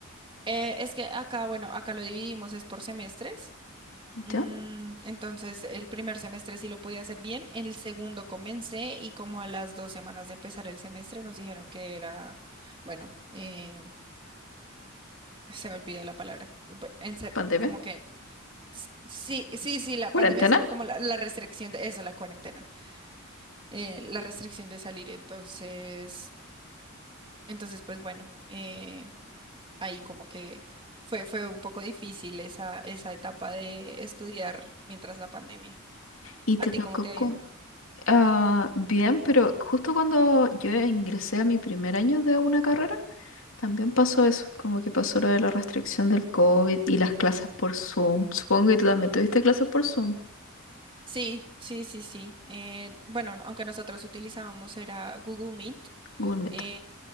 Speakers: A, on the right; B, on the left.
A: Eh, es que acá, bueno, acá lo dividimos, es por semestres. Mm,
B: ¿Ya?
A: entonces, el primer semestre sí lo pude hacer bien, el segundo comencé y como a las dos semanas de empezar el semestre nos dijeron que era, bueno, eh, se me olvidó la palabra, bu- en ser-
B: ¿Pandemia?
A: como que S- Sí, sí, sí, la
B: ¿Cuarentena?
A: pandemia, sino como la, la restricción de eso, la cuarentena, eh, la restricción de salir. Entonces, entonces, pues bueno, eh, ahí como que fue, fue un poco difícil esa, esa etapa de estudiar mientras la pandemia.
B: Y te
A: ¿A ti
B: tocó
A: cómo te ha
B: con...
A: ido?
B: ah, bien, pero justo cuando yo ingresé a mi primer año de una carrera, también pasó eso, como que pasó lo de la restricción del COVID y las clases por Zoom. Supongo que tú también tuviste clases por Zoom,
A: Sí, sí, sí, sí. Eh, bueno, no- aunque nosotros utilizábamos era Google Meet,
B: Google Meet.
A: eh,